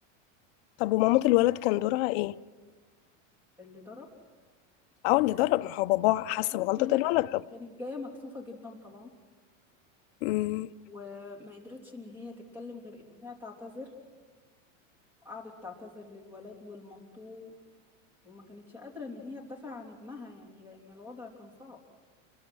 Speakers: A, on the left (about 55°); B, in the centre.
A: طب ومامة الولد كان دورها ايه؟
B: اللي ضرب
A: اه اللي ضرب ما هو باباه حس
B: دي
A: بغلطة
B: كانت
A: الولد طب
B: كانت جاية مكسوفة جدا طبعا
A: مم،
B: وما قدرتش ان هي تتكلم غير ان هي تعتذر وقعدت تعتذر للولد ولمامته وما كانتش قادرة ان هي تدافع عن ابنها يعني لان الوضع كان صعب